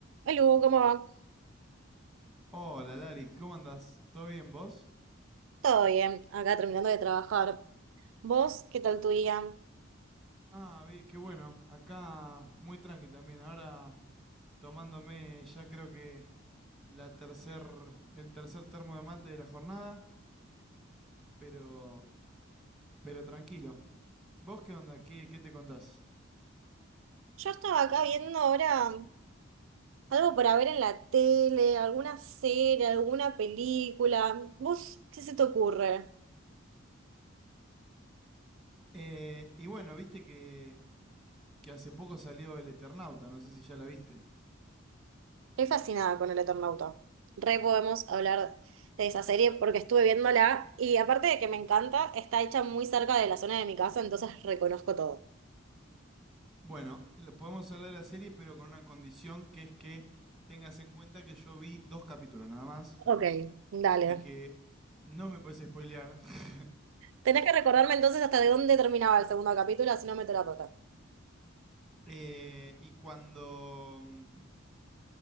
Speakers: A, on the right; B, in the centre.
A: Lu, ¿cómo va?
B: Hola, Larix, ¿cómo andás? ¿Todo bien vos?
A: Todo bien, acá terminando de trabajar. ¿Vos qué tal tu día?
B: Ah, bien, qué bueno. Acá muy tranqui también. Ahora tomándome ya creo que la tercer, el tercer termo de mate de la jornada, pero, pero tranquilo. ¿Vos qué onda? ¿Qué, qué te contás?
A: Yo estaba acá viendo ahora algo para ver en la tele, alguna serie, alguna película. ¿Vos qué se te ocurre?
B: Eh, y bueno, viste que, que hace poco salió El Eternauta, no sé si ya la viste.
A: Estoy fascinada con El Eternauta. Re podemos hablar de esa serie porque estuve viéndola y aparte de que me encanta, está hecha muy cerca de la zona de mi casa, entonces reconozco todo.
B: Bueno, lo- podemos hablar de la serie, pero con una condición que es que tengas en cuenta que yo vi dos capítulos nada más.
A: Ok, dale.
B: y que no me puedes spoilear. <laughs>
A: Tenés que recordarme entonces hasta de dónde terminaba el segundo capítulo, si no meto la pata.
B: Eh, y cuando. mm,